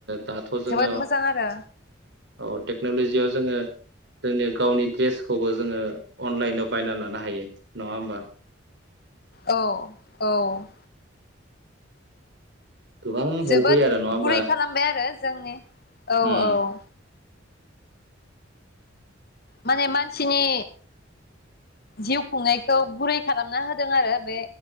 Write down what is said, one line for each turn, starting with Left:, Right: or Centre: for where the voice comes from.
Right: दाथ' जोङो
Left: जोबोद मोजां आरो
Right: औ टेक्न'लजियाव जोङो जोंनि गावनि ड्रेसखौबो जोङो अनलाइनाव बायनानै लानो हायो। नङा होमबा?
Left: औ औ
Right: गोबां
Left: जोबोद
Right: हेल्प होयो आरो नङा होमबा?
Left: गुरै खालामबाय आरो जोंनि औ औ
Right: उम
Left: माने मानसिनि जिउ खुंनायखौ गुरै खालामना होदों आरो बे